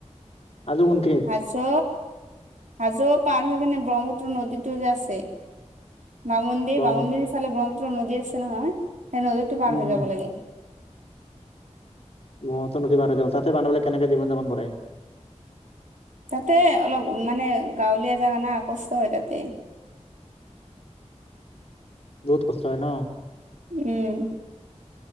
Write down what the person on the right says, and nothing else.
হাজো হাজো পাৰ হৈ কিনে ব্ৰহ্মপুত্ৰ নদীতো যে আছে। বামুণন্দিৰ
বামুণন্দিৰ ফালে ব্ৰহ্মপুত্ৰ নদী আছে নহয় সেই নদীতো পাৰ
হৈ যাব লাগে।
তাতে অলপ মানে গাঁৱলীয়া জেগা না আ কষ্ট হয় তাতে।
উম।